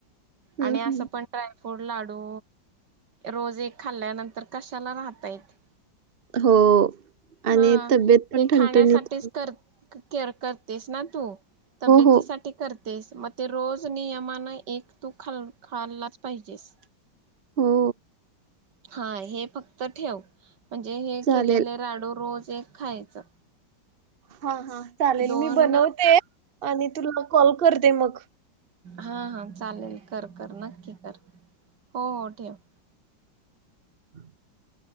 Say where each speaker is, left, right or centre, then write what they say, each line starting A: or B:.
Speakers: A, on the right (about 40°); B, on the right (about 65°).
A: हम्म
B: आणि असं
A: हम्म.
B: पण ट्राय फूड लाडू रोज एक खाल्ल्यानंतर कशाला राहता येत
A: हो
B: हा
A: आणि तब्येत पण
B: हे
A: ठंठणीत
B: खाण्यासाठीच कर केअर करतेस ना तू तब्येतीसाठी
A: हो
B: कर तेच मग ते रोज नियमानं एक तू खाल् खाल्लाच पाहिजेस
A: हो
B: हा हे फक्त ठेव म्हणजे हे
A: चालेल
B: केलेले राडू रोज चेक खायचं
A: हा हा चालेल
B: दोन
A: मी बनवते आणि तुला कॉल करते मग
B: हा हा. चालेल कर कर नक्की कर. हो हो ठेव.
A: <unintelligible>